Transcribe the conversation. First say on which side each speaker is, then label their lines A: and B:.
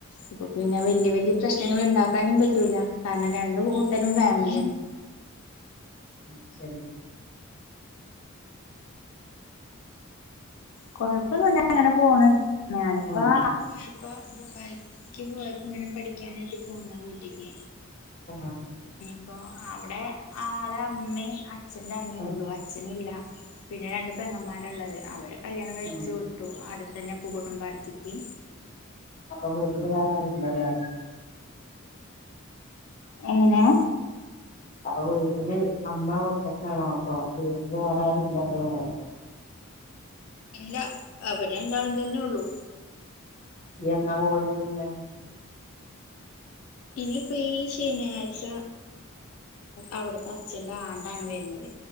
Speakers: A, on the left; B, on the left.
A: അപ്പൊ പിന്നെ വലിയ വല പ്രശ്ന കുങ്ങൾ ഉണ്ടാക്കാനും പറ്റൂല കാരണം രണ്ടും കൂട്ടരും ഫാമിലിയാണ്
B: അ ശ
A: കൊഴപ്പൊന്നുമല്ല എങ്ങനെ പോണ് ഞാനിപ്പ
B: ഉം.
A: ഇപ്പ ദുബായക്ക് പോയപ്പോ ഇങ്ങനെ പഠിക്കാനായിട്ട് പോന്നോ വീട്ടിക്ക്
B: ഉ
A: അപ്പൊ അവിടെ ആളെ അമ്മേ അച്ഛന്റെ അമ്മേ
B: ഉം.
A: ഉള്ളൂ അച്ഛന ഇല്ല പിന്നെ രണ്ട് പെങ്ങന്മാരുള്ളത് അവരെ കല്യാണം കഴിപ്പിച്ച്
B: ഉം.
A: വിട്ടു അടുത്ത തന്നെ പൂകോട്ടും വാർത്തിക്ക്
B: അപ്പൊ വീട്ടില് വറ കില്ലല്ലേ
A: എങ്ങനെ
B: അപ്പൊ വീട്ടില് അമ്മ ഒറ്റക്കാണട്ടോ വീട്ടില് വേറെ ആരില്ലല്ലേ പറയാ
A: ഇല്ല അവര്ന്താളും തന്നെ ഉള്ളു
B: എന്നാ പോവാഞ്ഞ നിക്കാനാന്
A: ഇനിപ്പോ ശനിയാഴ്ച അവിടത്തെ അച്ഛന്റെ ആണ്ടാണ് വരുന്നത്